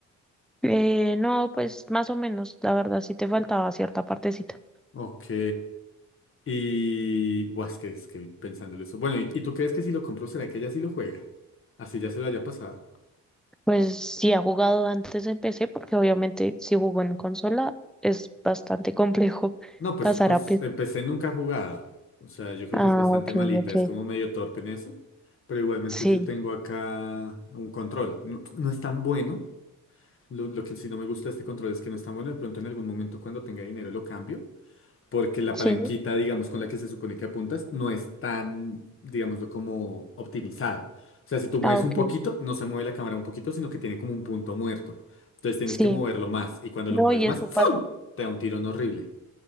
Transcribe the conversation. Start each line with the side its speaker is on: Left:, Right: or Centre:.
Centre: Eh, no, pues más o menos, la verdad sí te faltaba cierta partecita.
Left: Ok. Y, buah, es que, es que pensándolo eso. Bueno, ¿y, y tú crees que si lo compro, será que ella sí lo juega? Así ya se lo haya pasado.
Centre: Pues si ha jugado antes en PC, porque obviamente si jugó en consola es bastante complejo <laughs>
Left: No, pues,
Centre: pasar
Left: pues
Centre: a PC.
Left: empecé nunca ha jugado. O sea, yo creo
Centre: Ah,
Left: que es bastante
Centre: ok,
Left: malita,
Centre: ok.
Left: es como medio torpe en eso. Pero igualmente
Centre: Sí,
Left: yo tengo acá un control. No, no es tan bueno. Lo, lo que sí no me gusta de este control es que no es tan bueno. De pronto en algún momento cuando tenga dinero lo cambio. porque la
Centre: sí,
Left: palanquita, digamos, con la que se supone que apuntas, no es tan, digámoslo, como optimizada. O sea, si tú mueves
Centre: Ah, ok.
Left: un poquito, no se mueve la cámara un poquito, sino que tiene como un punto muerto. Entonces tienes
Centre: Sí.
Left: que moverlo más, y cuando
Centre: No,
Left: lo mueves
Centre: y
Left: más,
Centre: eso
Left: ¡fum!
Centre: pasa.
Left: Te da un tirón horrible.